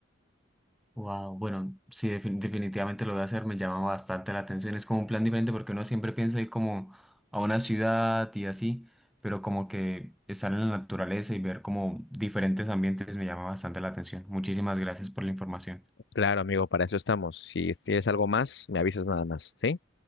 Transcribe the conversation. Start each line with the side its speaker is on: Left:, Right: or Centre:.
Centre: Wow, bueno, sí, defin- definitivamente lo voy a hacer, me llama bastante la atención. Es como un plan diferente porque uno siempre piensa ir como a una ciudad y así, pero como que estar en la naturaleza y ver como diferentes ambientes me llama bastante la atención. Muchísimas gracias por la información.
Left: Claro, amigo, para eso estamos. Si tienes algo más, me avisas nada más, ¿sí?